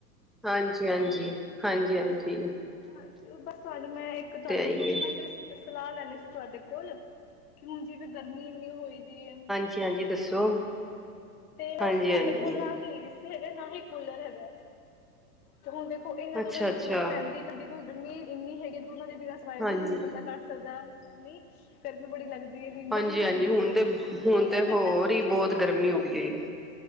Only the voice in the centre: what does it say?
ਹਾਂਜੀ- ਹਾਂਜੀ। ਹਾਂਜੀ-ਹਾਂਜੀ।
ਹੀ
ਏ।
ਹਾਂਜੀ-ਹਾਂਜੀ ਦੱਸੋ।
ਹਾਂਜੀ
ਹਾਂਜੀ
ਅੱਛਾ
ਅੱਛਾ
ਹਾਂਜੀ।
ਹਾਂਜੀ
ਹਾਂਜੀ ਹੁਣ ਤੇ ਹੁਣ
ਹੋਰ
ਹੀ
ਬਹੁਤ ਗਰਮੀ ਹੋ ਗਈ ਹੋਈ ਹੈ।